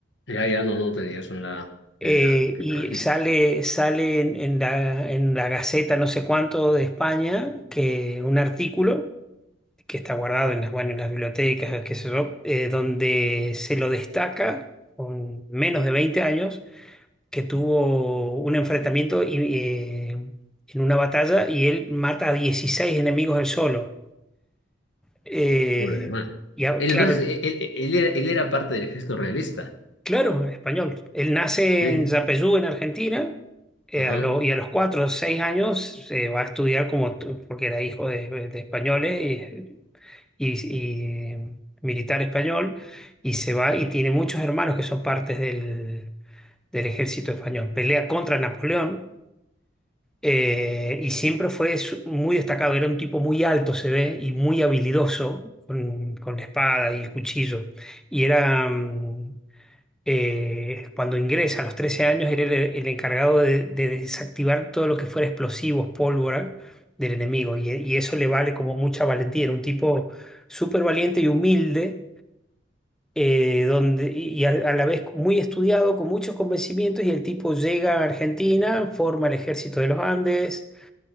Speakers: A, on the left; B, in the centre.
A: Ya, ya no, no tenía eso en la, en
B: Eh,
A: la,
B: y
A: en la registro.
B: sale, sale en, en la, en la Gaceta no sé cuánto de España que un artículo que está guardado en las, bueno, en las bibliotecas, qué sé yo, eh, donde se lo destaca con menos de 20 años que tuvo un enfrentamiento y, eh, en una batalla y él mata a 16 enemigos él solo. Eh,
A: Puro animal.
B: y a-
A: Él
B: claro,
A: entonces, él, él, él era, él era parte del ejército realista.
B: claro, en español. Él nace
A: Sí.
B: en Yapeyú, en Argentina, eh,
A: Ajá.
B: a lo- y a los 4 o 6 años se va a estudiar como, t- porque era hijo de, de españoles y, y- y militar español, y se va y tiene muchos hermanos que son partes del del ejército español. Pelea contra Napoleón Eh, y siempre fue su- muy destacado, era un tipo muy alto, se ve, y muy habilidoso con, con la espada y el cuchillo. Y era, mm, eh, cuando ingresa a los 13 años, era el, el encargado de, de desactivar todo lo que fuera explosivos, pólvora del enemigo. Y, y eso le vale como mucha valentía. Era un tipo súper valiente y humilde, eh, donde, y, y a, a la vez muy estudiado, con muchos convencimientos. Y el tipo llega a Argentina, forma el ejército de los Andes